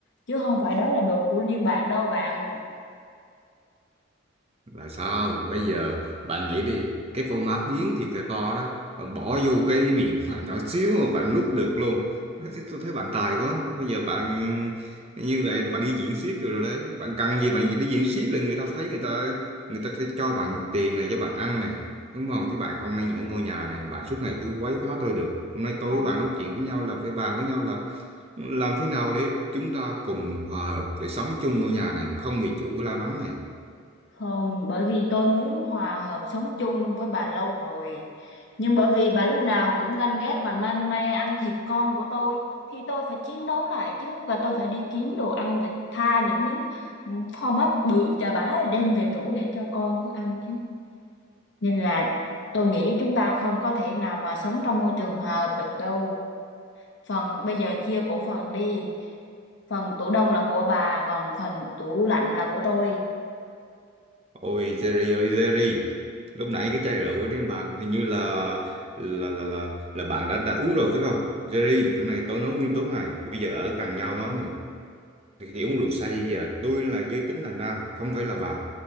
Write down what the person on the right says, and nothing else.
là sao bây giờ bạn nghĩ đi cái format biến thiệt là to đó bạn bỏ vô cái miệng <laughs> bạn nhỏ xíu mà bạn nuốt được luôn Thế tôi thấy bạn tài quá bây giờ bạn như vậy là bạn đi diễn xiếc rồi, rồi đấy bạn cần gì bạn đi diễn xiếc là người ta thấy người ta người ta sẽ cho bạn tiền này cho bạn ăn này đúng không chứ bạn không nên ở ngôi nhà này bạn suốt ngày cứ quấy phá tôi được hôm nay tôi
với bạn nói chuyện với nhau là phải bàn với nhau là làm thế nào để chúng ta cùng hòa hợp để sống chung ngôi nhà này không bị chủ la mắng này
Ôi Jerry ơi Jerry Lúc nãy cái chai rượu ở trên bàn hình như là là là là, là bạn đã đã uống rồi phải không Jerry bữa nay tôi nói nghiêm túc này bây giờ ở gần nhau nói này khi uống rượu say giờ tôi là giới tính là nam không phải là bà